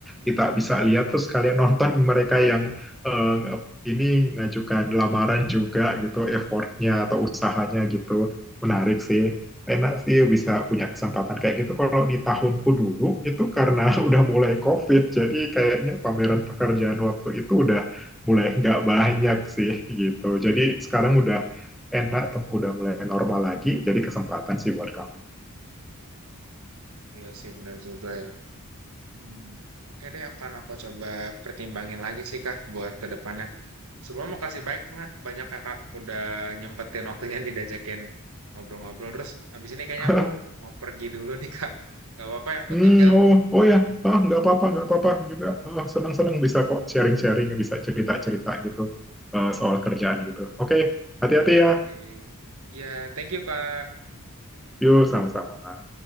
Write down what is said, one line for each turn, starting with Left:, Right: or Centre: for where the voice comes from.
Centre: Kita bisa lihat terus kalian nonton <laughs> mereka yang eh, ini ngajukan lamaran juga gitu, effortnya atau usahanya gitu. Menarik sih enak sih bisa punya kesempatan kayak gitu. Kalau di tahunku dulu itu karena <laughs> udah mulai COVID, jadi kayaknya pameran pekerjaan waktu itu udah mulai nggak banyak sih gitu. Jadi sekarang udah enak tuh, udah mulai normal lagi. Jadi kesempatan sih buat kamu.
Right: Iya sih, benar juga ya. Hmm, Oke deh, akan aku coba pertimbangin lagi sih Kak buat ke depannya. Sebelumnya makasih banyak Kak, banyak Kakak udah nyempetin waktunya nih diajakin ngobrol-ngobrol. Terus habis ini kayaknya
Centre: <laughs>
Right: aku mau pergi dulu nih Kak. Gak apa-apa ya aku
Centre: Hmm,
Right: tinggal.
Centre: oh, oh ya, ah, nggak apa-apa, nggak apa-apa juga. Ah, senang-senang bisa kok sharing-sharing, bisa cerita-cerita gitu eh, soal kerjaan gitu. Oke, hati-hati ya.
Right: Oke. Ya, thank you Kak.
Centre: Yuk, sama-sama.